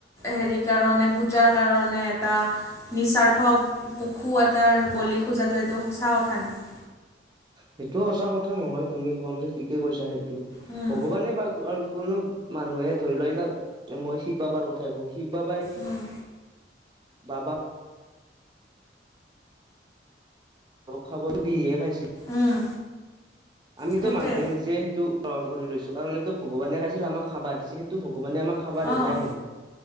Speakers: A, on the left (about 15°); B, on the right (about 25°).
A: হেৰি কাৰণে পূজাৰ কাৰণে এটা। নিস্বাৰ্থ পশু এটাৰ বলি খোজাটো এইটো সঁচা কথা নেকি?
B: সেইটো সঁচা কথা নহয় তুমি কম ঠিকে কৈছা সেইটো
A: উম,
B: ভগৱানে বা কোনো। মানুহে ধৰি লও এতিয়া মই শিৱ বাবাৰ কথাই কওঁ শিৱ বাবাই।
A: উম,
B: বাবা। খাব বিহে খাইছিল,
A: উম,
B: আমিতো
A: সেইটোৱে
B: মানুহে নিজে সেইটো। গ্ৰহণ কৰি লৈছো কাৰণ এইটো ভগৱানে কাইছিল আম খাবা দিছে সেইটো ভগৱানে আমাক। খাবৰ দিয়া
A: অ',
B: নাই নহয়।